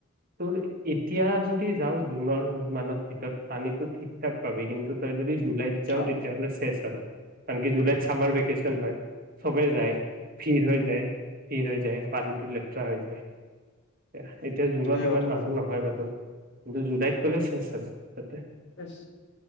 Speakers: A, on the right; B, on the left.
A: তোৰ এতিয়া যদি যাওঁ জুনৰ মানৰ ভিতৰত পানীটো ঠিক থাক পাবি কিন্তু তাই যদি য ৰাইড যাওঁ
B: অ
A: তেতিয়াহ'লে শেষ আৰু কানকি জুলাইত চামাৰ ভেকেশ্যন হয়। চবেই যায়, ভিৰ হৈ যায়, ভিৰ হৈ যায়। পানীটো লেতেৰা হৈ যায়। এয়া এতিয়া জুনত
B: সেই
A: ইমান
B: কথা
A: মানুহ নহয় বাৰু কিন্তু জুলাইত ক'লে শেষ আৰু তাতে
B: বছ